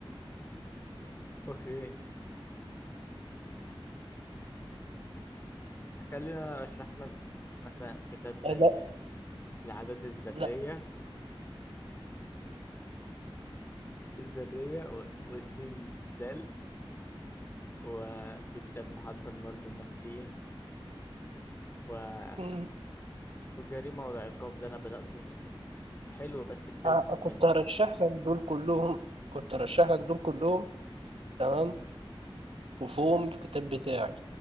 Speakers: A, on the left (about 25°); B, on the right (about 85°).
A: اوكي خلينا انا ارشح لك مثلا كتاب زي
B: لا
A: العادات الذرية
B: لا
A: الذرية و- والسين ذال وفي كتاب محاضرة المرضى النفسيين و-
B: مم.
A: والجريمة والعقاب ده انا بدأته حلو بس بدايته
B: آه،
A: مملة
B: كنت هرشح
A: شوية.
B: لك دول كلهم كنت هرشح لك دول كلهم تمام وفيهم الكتاب بتاعي